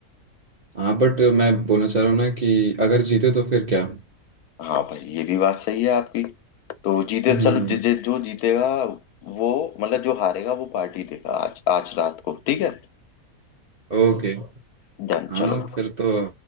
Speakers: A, on the right (about 40°); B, on the left (about 80°).
A: हाँ बट मैं बोलना चाह रहा हूँ ना कि अगर जीते तो फिर क्या
B: हाँ भाई ये भी बात सही है आपकी तो जीते
A: हम्म
B: चलो जि, जि, जो जीतेगा वो मतलब जो हारेगा वो पार्टी देगा आज आज रात को ठीक है
A: ओके
B: डन
A: हाँ
B: चलो
A: फिर तो